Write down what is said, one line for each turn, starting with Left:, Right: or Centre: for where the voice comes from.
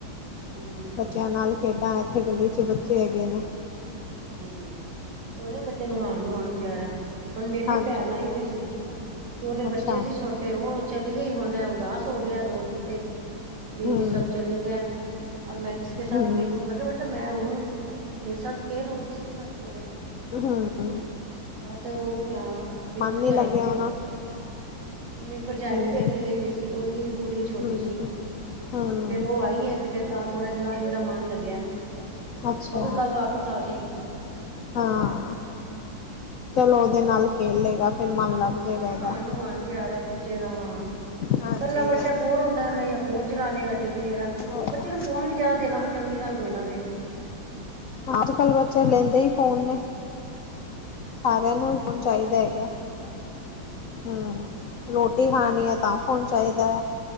Right: ਹੂੰ ਹੂੰ
Left: ਬੱਚਿਆਂ ਨਾਲ ਖੇਡਾਂ ਇੱਥੇ ਗਲੀ ਚ ਬੱਚੇ ਹੈਗੇ ਨੇ।
Right: ਹਮ ਉਹ ਨਾ ਬੱਚਿਆਂ ਨੂੰ ਹਾਣ ਨੂੰ ਹਾਣ ਪਿਆਰਾ। ਹੁਣ ਮੇਰੀ
Left: ਹਾਂਜੀ
Right: ਵੀ ਭੈਣ ਆਈ ਹੋਈ ਸੀ, ਤੇ ਉਹਦੇ
Left: ਅੱਛਾ
Right: ਬੱਚੇ ਸੀ ਛੋਟੇ ਉਹ ਚਲੀ ਗਈ ਹੁਣ ਏ ਉਦਾਸ ਹੋ ਗਿਆ ਦੋ ਦਿਨ ਤੇ, ਵੀ
Left: ਹਮ
Right: ਸਭ ਚਲੇ ਗੇ ਐ। ਅਬ ਮੈਂ ਕਿਸ ਕੇ ਸਾਥ
Left: ਹਮ
Right: ਖੇਲੂੰ ਮੈਂ ਕਿਹਾ ਬੇਟਾ ਮੈਂ ਹੂੰ ਮੇਰੇ ਸਾਥ ਖੇਲ ਔਰ ਕਿਸ ਕੇ ਸਾਥ ਖੇਲੇਗਾ।
Left: ਹੂੰ
Right: ਬਸ ਉਹੀਆ ਮੇਰੀ ਭਰਜਾਈ
Left: ਨੀ ਲੱਗਿਆ
Right: ਵੀ ਪੇਕੇ
Left: ਹੋਣਾ
Right: ਗੇ ਹੋਏ ਸੀ। ਮੇਰੀ ਭਰਜਾਈ
Left: ਹਮ
Right: ਵੀ ਪੇਕੇ ਗਈ ਹੋਈ ਸੀ ਉਹਦੀ ਕੁੜੀ ਛੋਟੀ
Left: ਹਮ
Right: ਸੀ।
Left: ਹਮ
Right: ਉਹ ਆਈ ਐ ਤੇ ਫੇਰ ਤਾਂ ਥੋੜਾ ਇਦ- ਇਹਦਾ ਮਨ ਲੱਗਿਆ
Left: ਅੱਛਾ
Right: ਉਹ ਵੀ ਕੱਲ ਵਾਪਿਸ ਆ ਜਾਏ ਗੀ।
Left: ਹਾਂ, ਚਲੋ ਉਹਦੇ ਨਾਲ ਖੇਲੇਗਾ ਫੇਰ ਮੰਨ ਲੱਗ ਜਾਏਗਾ
Right: ਉਹ ਨਾ
Left: ਇਹਦਾ
Right: ਹਾਣ ਨੂੰ ਹਾਣ ਪਿਆਰਾ ਬੱਚੇ ਦਾ ਹਾ।
Left: ਹਾਂਜੀ
Right: ਕੱਲਾ ਬੱਚਾ
Left: ਇਹ ਤੇ
Right: ਬੋਰ ਹੁੰਦਾ ਰਹਿੰਦਾ ਯਾਂ ਫੋਨ ਚਲਾ ਲਏਗਾ ਟੀ ਵੀ ਦੇਖ ਗਾ,
Left: ਹੈ।
Right: ਬੱਚੇ ਨੂੰ ਫੋਨ ਵੀ ਜ਼ਿਆਦਾ ਦੇਣਾ ਚੰਗੀ ਗੱਲ ਕੋਈ ਨਾ ਵੇ।
Left: ਅੱ- ਕੱਲ ਬੱਚੇ ਲੈਂਦੇ ਈ ਫੋਨ ਨੇ। ਸਾਰਿਆਂ ਨੂੰ ਹੀ
Right: ਹਸੀ
Left: ਫੋਨ ਚਾਹੀਦਾ
Right: ਵੀ ਜਾਣ
Left: ਹੈਗਾ।
Right: ਗੇ <unintelligible> ਨੀ ਆਦਾ।
Left: ਹੂੰ ਰੋਟੀ ਖਾਣੀ ਐ ਤਾਂ ਫੋਨ ਚਾਈਦੈ।